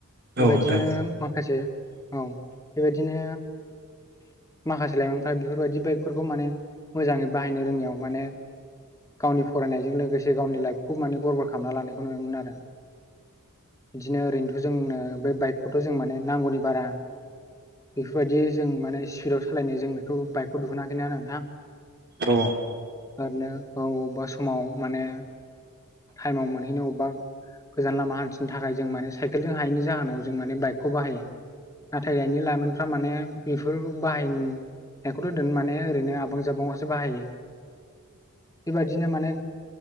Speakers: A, on the right; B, on the left.
A: औ
B: बेबायदिनो
A: नोंथां
B: माखासे औ बेबायदिनो माखासे लाइमोनफ्रा बेफोरबायदि बाइकफोरखौ माने मोजाङै बाहायनो रोङियाव माने गावनि फरायनायजों लोगोसे गावनि लाइफखौ माने बरबाद खालामना लानायखौ नुनो मोनो आरो बिदिनो ओरैनोथ' जोंनो बे बाइकखौथ' जों माने नांगौनि बारा बेफोरबायदि जों माने स्पिडाव सालायनाय जोंनोखौ बाइकखौ दिहुनााखैना नोंथां
A: औ
B: आरोनो औ अबबेबा समाव माने थाइमाव मोनहैनो अबबा गोजान लामा हान्थिनो थाखाय जों माने साइकेल जों हायैनि जाहोनाव जों माने बाइकखौ बाहायो नाथाय दानि लाइमोनफ्रा माने बेफोर बाहाय बेखौथ' दोन माने ओरैनो आबां जाबां आवसो बाहायो बेबायदिनो माने